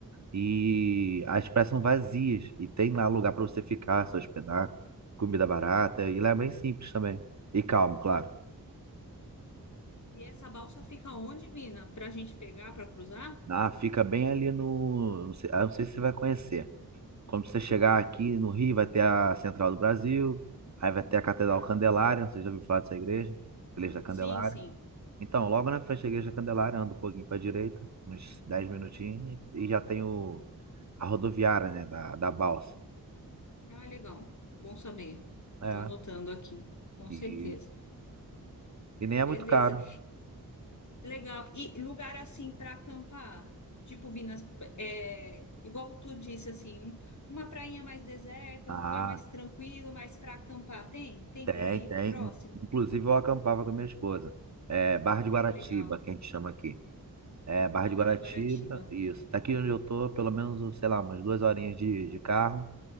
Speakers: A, on the right; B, on the left.
A: E as praias são vazias e tem lá lugar para você ficar, se hospedar, comida barata e lá é bem simples também. E calmo, claro.
B: E essa balsa fica onde, Vina? Para a gente pegar, para cruzar?
A: Ah, fica bem ali no, não sei, ah, não sei se você vai conhecer. Quando você chegar aqui no Rio, vai ter a Central do Brasil, aí vai ter a Catedral
B: Tá.
A: Candelária, você já ouviu falar dessa igreja? Igreja da Candelária.
B: Sim, sim.
A: Então, logo na frente da Igreja da Candelária, anda um pouquinho para a direita, uns 10 minutinhos, e já tem o, a rodoviária, né, da, da Balsa.
B: Ah, legal. Bom saber.
A: É,
B: Estou anotando aqui, com
A: isso.
B: certeza.
A: E nem é muito
B: Beleza.
A: caro.
B: Legal. E lugar assim para acampar? Tipo, Vinas, é, igual tu disse, assim, um- uma prainha mais deserta,
A: Ah,
B: um lugar mais tranquilo, mais para acampar. Tem? Tem
A: tem,
B: por aí?
A: tem.
B: Próximo?
A: Inclusive, eu acampava com a minha esposa. É, Barra de Guaratiba,
B: Ai, que legal.
A: que a gente chama aqui. É, Barra
B: Barra
A: de Guaratiba,
B: de Guaratiba.
A: isso. Daqui onde eu tô, pelo menos, sei lá, umas duas horinhas de, de carro.